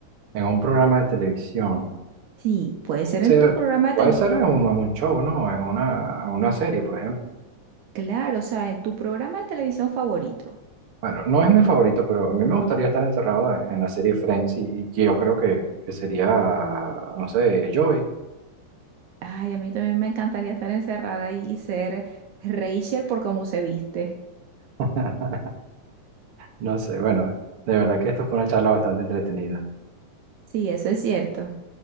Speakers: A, on the right (about 55°); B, on the right (about 75°).
A: En un programa de televisión.
B: Sí, puede
A: Puede
B: ser
A: ser,
B: en tu programa de
A: puede
B: tele,
A: ser en un, en un show, ¿no? En una, en una serie, por ejemplo.
B: claro, o sea, en tu programa de televisión favorito.
A: Bueno, no es mi favorito, pero a mí me gustaría estar encerrado en, en la serie Friends y, y yo creo que, que sería, no sé, Joey.
B: Ay, a mí también me encantaría estar encerrada y ser Rachel por cómo se viste.
A: <laughs> No sé, bueno, de verdad que esta fue una charla bastante entretenida.
B: Sí, eso es cierto.